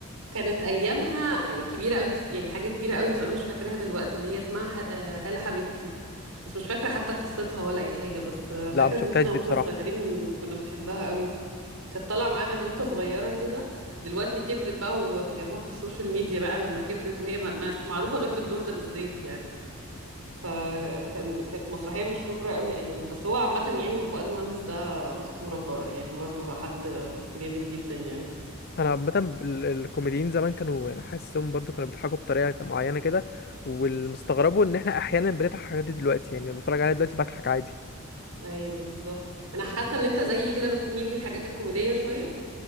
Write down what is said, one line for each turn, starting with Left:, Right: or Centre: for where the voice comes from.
Right: كانت ايامها كبيره قوي بس يعني حاجه كبيره قوي بس انا مش فاكراها دلوقتي اللي هي اسمها ح... آه، هلا حبيبتي بس مش فاكره حتى قصتها ولا اي حاجه بس آه، فاكره
Left: لا ما شفتهاش
Right: ان احنا
Left: دي
Right: واحنا
Left: بصراحه
Right: صغيرين كنا بنحبها قوي كانت طالعه معاه بنوته صغيره كده دلوقتي كبرت بقى وجابوها في السوشيال ميديا بقى لما كبرت وهي ما- مش معروفه غير بالدور ده بالزيت يعني فكان كانت مسرحية مشهورة قوي أيامها بس هو عامة يعني فؤاد المهندس ده أسطورة بر- يعني برضو هو حد جامد جدا يعني
Left: انا عامه ال- الكوميديين زمان كانوا يعني حاسسهم برضو كانوا بيضحكوا بطريقه معينه كده والمستغربه ان احنا احيانا بنضحك على الحاجات دي دلوقتي يعني لما بتفرج عليها دلوقتي بضحك عادي
Right: أيوه بالظبط أنا حاسة إن أنت زيي كده بتميل للحاجات الكوميدية شوية